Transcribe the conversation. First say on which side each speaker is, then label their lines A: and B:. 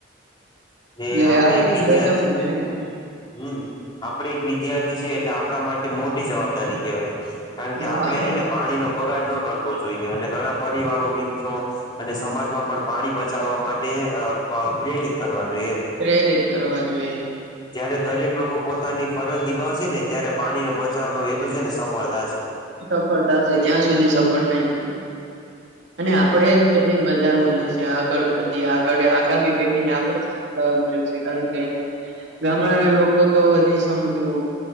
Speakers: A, on the right (about 70°); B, on the left (about 25°).
A: એટલે
B: ને આપણે
A: આપડે
B: એક વિદ્યાથ
A: જ બચાવવું જોઈએ
B: હમ્મ. આપણે એક વિદ્યાર્થી છે, એટલે આપણા માટે મોટી જવાબદારી કહેવાય. કારણ
A: ને
B: કે આપણે
A: હા
B: હે ને પાણી નો બગાડ ન કરવો જોઈએ. અને ઘણા પરિવારો, મિત્રો અને સમાજમાં પણ પાણી બચાવવા માટે અહ પ પ્રેરિત કરવા જોઈએ એમ.
A: પ્રેરિત કરવા જોઈએ.
B: જયારે દરેક લોકો પોતાની ફરજ નિભાવશે ને, ત્યારે પાણીનો બચાવનો હેતુ છે ને સફળ થાશે.
A: ઈ સફળ થશે, ત્યાં સુધી સફળ નહીં થાય. અને આપણે જ બધે <unintelligible> કે આગળ બધી આગળ એ આગામી પેઢીને આપણે શીખડાવું જોશે, કારણ કે ગામડા ના લોકો તો હજી સમજું